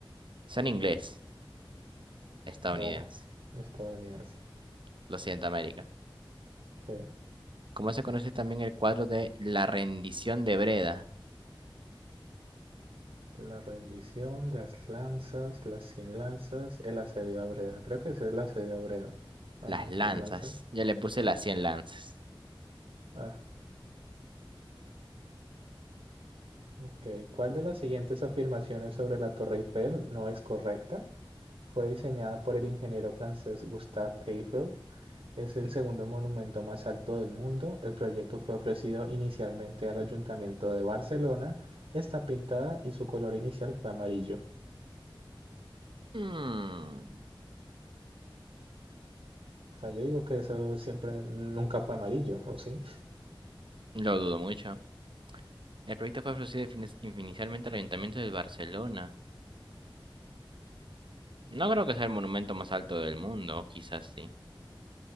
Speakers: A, on the right; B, on the right.
A: Son inglés, estadounidense.
B: Ah, estadounidense.
A: Lo siento, América.
B: Sí,
A: ¿Cómo se conoce también el cuadro de La rendición de Breda?
B: La rendición, las lanzas, las cien lanzas, el asedio a Breda. Creo que es el asedio a Breda. Ah,
A: Las
B: no,
A: lanzas.
B: las lanzas.
A: Ya le puse las 100 lanzas.
B: Ah, ok. ¿Cuál de las siguientes afirmaciones sobre la Torre Eiffel no es correcta? Fue diseñada por el ingeniero francés Gustave Eiffel. Es el segundo monumento más alto del mundo. El proyecto fue ofrecido inicialmente al Ayuntamiento de Barcelona. Está pintada y su color inicial fue amarillo.
A: Mm,
B: O sea, yo digo que eso siempre nunca fue amarillo, ¿o sí?
A: lo dudo mucho. El proyecto fue ofrecido finis inicialmente al Ayuntamiento de Barcelona. No creo que sea el monumento más alto del mundo, o quizás sí.